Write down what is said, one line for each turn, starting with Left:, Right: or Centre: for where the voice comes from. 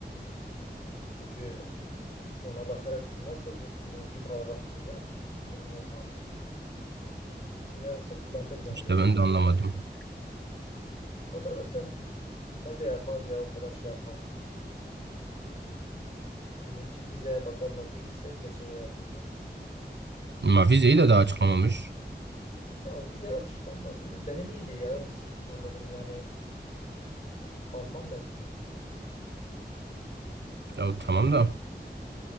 Left: Çünkü Ona bakarak nasıl bu, e, bir paragraf kuracağım ki? Bilmiyorum artık. Yarısı kullanılır bence.
Right: İşte ben de anlamadım.
Left: O da zaten ne de yapmaz ya o kadar şey yapmaz. Birinci vizeye bakar notu ise geçirir her türlü.
Right: Ama vizeyi de daha açıklamamış.
Left: Ya vize açıklanmadı. Benim iyiydi ya sanırım yani Alman bence.
Right: Ya tamam da.